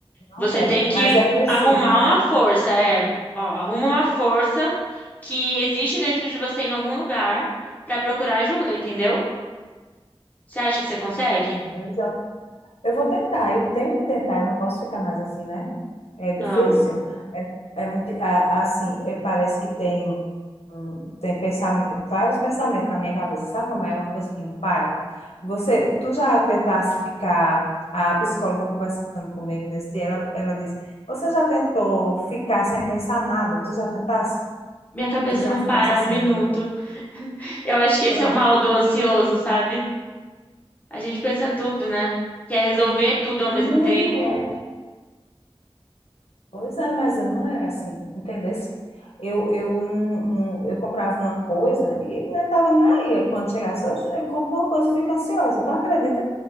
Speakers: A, on the left (about 15°); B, on the left (about 80°).
A: Você
B: não quero.
A: tem que
B: Mas é preciso,
A: arrumar
B: né?
A: uma força, é, ó, arruma uma força que existe dentro de você em algum lugar para procurar ajuda, entendeu? Você acha que você consegue?
B: É, eu já, eu vou tentar, eu tenho que tentar, eu não posso ficar mais assim, né? É difícil.
A: Não.
B: É, é muito, a- assim, é, parece que tem, um- tem pensamento, vários pensamentos na minha cabeça. Sabe como é uma coisa que não para? Você, tu já tentasse ficar, a psicóloga conversando comigo nesse dia, ela, ela disse, você já tentou ficar sem pensar nada? Tu já tentasse?
A: Minha cabeça
B: Tu já
A: não
B: ficasse
A: para
B: assim,
A: um minuto. <laughs> Eu acho que esse
B: pronto.
A: é o mal do ansioso, sabe? A gente pensa tudo, né? Quer resolver tudo ao mesmo
B: Mulher,
A: tempo.
B: pois é, mas eu não era assim, entendesse? Eu, eu não, não- eu comprava uma coisa e não estava nem aí. Quando chegasse, eu, eu compro uma coisa e fico ansiosa. Tu acredita?